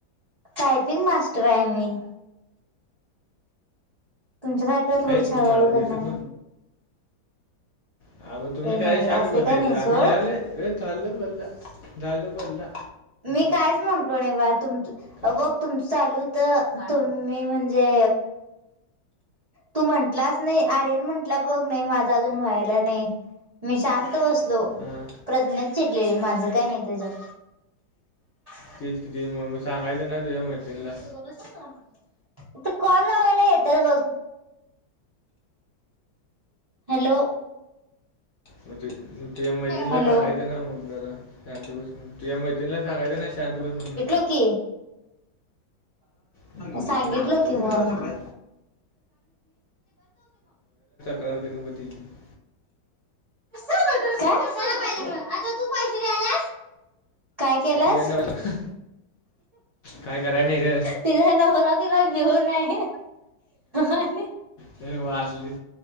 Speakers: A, on the right; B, on the left.
A: टायपिंग मास्टर आहे मी. तुमच्यासारख्या थोडीच
B: आहेच
A: हळहळू
B: की मागं
A: करणार
B: दिसत
A: आहे.
B: हा मग तुम्ही
A: हे
B: काही
A: नाही रे
B: शांत
A: असं
B: बसायच
A: काय नाही सोड
B: आम्ही लिहालोय रे चालो बल्ला झालो बल्ला.
A: मी कायच म्हणटलो नाही बा तुमच
B: का
A: बघ तुमच चालू तर तुम्ही म्हणजे तू म्हटलाच नाही आर्यन म्हटला बघ नाही माझा अजून व्हायला नाही. मी शांत बसलो.
B: हां
A: प्रज्ञा चिडलेली माझं काय नाही तेच्यात. <inaudible>
B: तीच तिची मम्मी सांगायला ना तुझ्या मैत्रिणीला.
A: <unintelligible> ते कॉल लावायला येत्यात बघ. हॅलो.
B: मग ठीक आहे हम्म. तुझ्या मैत्रीणीला
A: हॅलो
B: सांगायचं ना मग जरा शांत बस म्हणून. तुझ्या मैत्रीणीला सांगायचं ना शांत बस म्हणून.
A: हो की.
B: हम्म,
A: सांगितलो
B: एवढी तावताव
A: की
B: करायला
A: मग.
B: ती काय <unintelligible>
A: काय. <unintelligible> काय केलास.
B: तुझ्या नवऱ्या काय कराय नाही गं.
A: तिचा नवरा बिवरा घेऊन आहे आणि.
B: हे मग असली